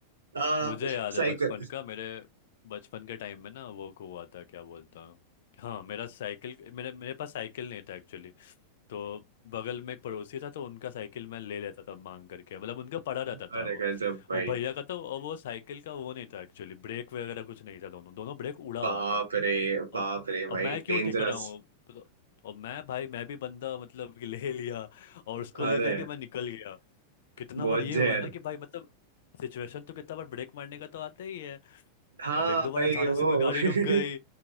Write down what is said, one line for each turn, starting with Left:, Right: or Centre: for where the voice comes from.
Right: आ,
Left: मुझे याद
Right: साइकिल
Left: है बचपन का मेरे बचपन के टाइम में ना वो हुआ था क्या बोलता हूँ हाँ मेरा साइकिल मेरे मेरे पास साइकिल नहीं था एक्चुअली तो बगल में एक पड़ोसी था तो उनका साइकिल मैं ले लेता था मांग करके मतलब उनका पड़ा रहता
Right: अरे
Left: था वो
Right: गजब भाई
Left: वो भैया का था और वो साइकिल का वो नहीं था एक्चुअली ब्रेक वगैरह कुछ नहीं था दोनों दोनों ब्रेक उड़ा
Right: बाप
Left: हुआ था
Right: रे बाप
Left: अब
Right: रे
Left: अब
Right: भाई
Left: मैं क्यों
Right: डेंजरस
Left: टिक रहा हूँ पता- और मैं भाई मैं भी बंदा मतलब कि ले लिया और उसको
Right: अरे
Left: लेकर के मैं निकल गया कितना
Right: बहुत
Left: बार ये
Right: जहर
Left: हुआ है ना कि भाई मतलब सिचुएशन तो कितना बार ब्रेक मारने का तो आता ही है
Right: हाँ
Left: अब एक दो बार
Right: भाई
Left: अचानक
Right: वो
Left: से कोई गाड़ी
Right: <laughs>
Left: रुक गई